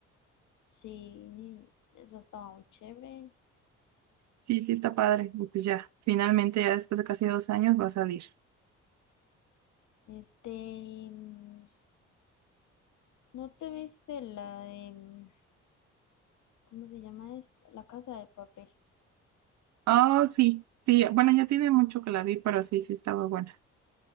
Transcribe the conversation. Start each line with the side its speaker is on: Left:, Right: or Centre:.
Left: Sí, esa estaba muy chévere.
Right: Sí, sí, está padre. Y pues ya, finalmente, ya después de casi dos años, va a salir.
Left: Este, mm, ¿no te viste la de, mm, ¿cómo se llama esta? La Casa de Papel.
Right: Oh, sí, sí, bueno, ya tiene mucho que la vi, pero sí, sí, estaba bueno.